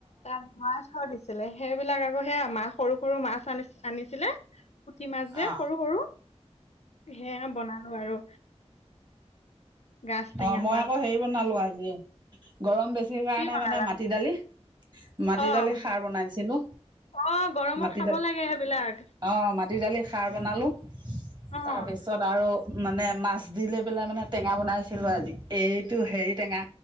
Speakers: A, on the left; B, on the right.
A: তাত মাছৰ দিছিলে সেইবিলাক আকৌ সেয়া আমা সৰু সৰু মাছ আনি আনিছিলে পুঠি মাছ যে
B: অ অ
A: সৰু সৰু সে বনালো আৰু গাজ টেঙা
B: অ মই
A: মাছ
B: আকৌ হেৰি বনালো আজি গৰম বেছি কাৰণে
A: কি বনালা?
B: মানে মাটি দালি মাটি
A: অ',
B: দালি খাৰ বনাইছিলো
A: অ', গৰমত
B: মাটি
A: খাব
B: দালি
A: লাগে সেইবিলাক।
B: অ মাটি দালি খাৰ বনালো
A: অ',
B: তাৰ পিছত আৰু মানে মাছ দি লৈ পেলাই মানে টেঙা বনাই ছিলো আজি এইটো হেৰি টেঙা